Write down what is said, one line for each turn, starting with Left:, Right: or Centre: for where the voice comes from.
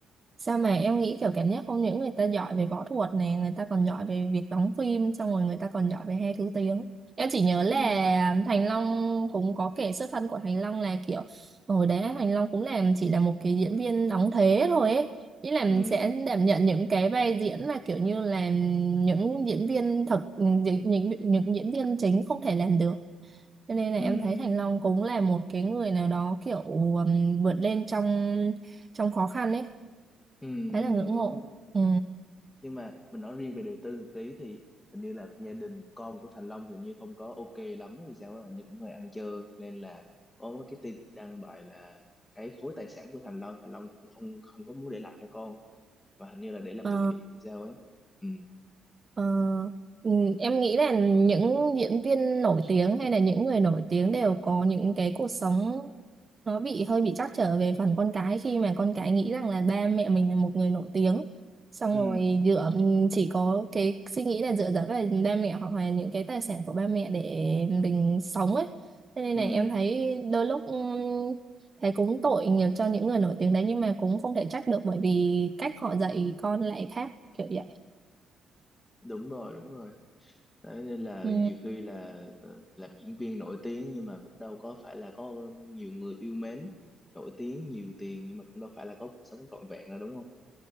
Right: sao mà em nghĩ kiểu cảm giác không những người ta giỏi về võ thuật này người ta còn giỏi về việc đóng phim xong rồi người ta còn giỏi về hai thứ tiếng em chỉ nhớ là
Left: ừ
Right: Thành Long cũng có kể xuất thân của Thành Long là kiểu hồi đấy Thành Long cũng làm chỉ là một cái diễn viên đóng thế thôi ấy ý là
Left: ừ
Right: sẽ đảm nhận những cái vai diễn mà kiểu như là những diễn viên thật những, những những diễn viên chính không thể làm được cho nên là
Left: ừ
Right: em thấy Thành Long cũng là một cái người nào đó kiểu um, vượt lên trong trong khó khăn ấy,
Left: ừ, ừ
Right: khá là ngưỡng
Left: đúng
Right: mộ. Ừ.
Left: nhưng mà mình nói riêng về đời tư một tí thì hình như là gia đình con của Thành Long thì hình như không có ok lắm hay sao á, hình như cũng hơi ăn chơi nên là có cái tin chị đăng bài là cái khối tài sản của Thành Long Thành Long cũng không không có muốn để lại cho con và hình như là để làm
Right: Ờ,
Left: từ thiện hay sao ấy ừ
Right: Ờ, ừ, em nghĩ là những diễn viên nổi tiếng hay là những người nổi tiếng đều có những cái cuộc sống nó bị hơi bị trắc trở về phần con cái khi mà con cái nghĩ rằng là ba mẹ mình là một người nổi tiếng xong
Left: ừ
Right: rồi dựa chỉ có cái suy nghĩ là dựa dẫm vào ba mẹ hoặc là những cái tài sản của ba mẹ để mình sống ấy Thế nên
Left: ừ
Right: là em thấy đôi lúc ừm, thấy cũng tội nhiều cho những người nổi tiếng đấy nhưng mà cũng không thể trách được bởi vì cách họ dạy con lại khác kiểu vậy
Left: đúng rồi đúng rồi Đấy, nên là
Right: Ừ.
Left: nhiều khi là ờ, làm diễn viên nổi tiếng nhưng mà cũng đâu có phải là có nhiều người yêu mến nổi tiếng nhiều tiền nhưng mà cũng đâu phải là có cuộc sống trọn vẹn đâu đúng không